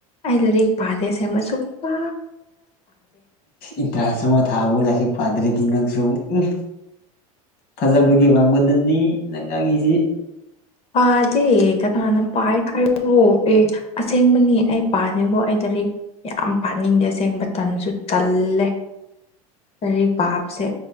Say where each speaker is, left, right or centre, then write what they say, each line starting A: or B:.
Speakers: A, on the left; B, on the left.
A: ꯑꯩ ꯂꯥꯏꯔꯤꯛ ꯄꯥꯗꯦ ꯑꯁꯦꯡꯕ ꯁꯨꯛꯄ
B: ꯏꯟꯇꯔꯥꯟꯁ ꯑꯃ ꯊꯥꯕꯨ ꯂꯥꯏꯔꯤꯛ ꯄꯥꯗ꯭ꯔꯗꯤ ꯅꯪꯁꯨ ꯎꯝ ꯊꯥꯖꯕꯒꯤ ꯋꯥꯡꯃꯗꯅꯤ ꯅꯪ ꯉꯥꯡꯉꯤꯁꯤ
A: ꯄꯥꯗꯦ ꯀꯅꯅ ꯄꯥꯏ ꯍꯥꯏꯕꯣ ꯑꯦ ꯑꯁꯦꯡꯕꯅꯤ ꯑꯩ ꯄꯥꯥꯗꯦꯀꯣ ꯑꯩ ꯂꯥꯔꯤꯛ ꯌꯥꯝ ꯄꯥꯅꯤꯡꯗꯦ ꯑꯁꯦꯡ ꯇꯟꯁꯨ ꯇꯜꯂꯦ ꯂꯥꯏꯔꯤꯛ ꯄꯥꯕꯁꯦ